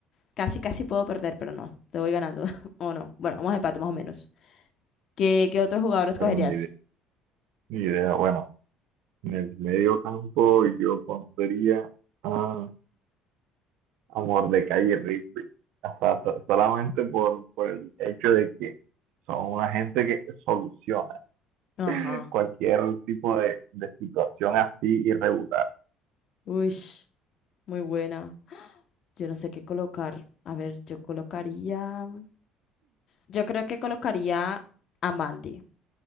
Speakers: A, on the left; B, on the right.
A: casi, casi puedo perder, pero no, te voy ganando, <laughs> o no. Bueno, vamos a empate más o menos. ¿Qué, qué otro jugador escogerías?
B: Bueno, ni, ide- ni idea. Bueno, en el medio campo yo pondría a Amor de calle Rigby. O sea, so- solamente por, por el hecho de que son una gente que soluciona
A: Ajá,
B: cualquier tipo de, de situación así irregular.
A: uy, muy buena. Yo no sé qué colocar. A ver, yo colocaría... Yo creo que colocaría a Mandy.